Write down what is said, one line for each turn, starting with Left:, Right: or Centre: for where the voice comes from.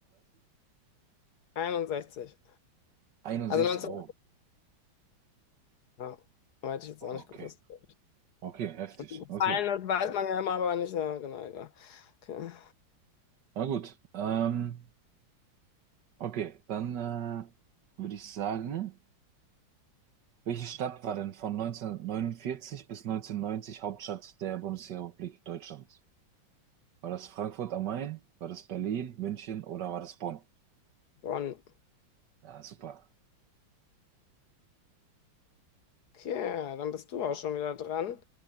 Left: 61.
Right: 61.
Left: Also 19.
Right: Oh,
Left: Ja, aber hätte ich jetzt auch nicht
Right: okay.
Left: gewusst. glaub ich.
Right: Okay, heftig.
Left: Gefallen,
Right: Okay.
Left: das weiß man ja immer, aber nicht. Ja, genau, egal. Okay.
Right: Na gut. Ähm, okay, dann äh, würde ich sagen. Welche Stadt war denn von 1949 bis 1990 Hauptstadt der Bundesrepublik Deutschland? War das Frankfurt am Main? War das Berlin, München oder war das Bonn?
Left: Bonn.
Right: Ja, super.
Left: Okay, dann bist du auch schon wieder dran.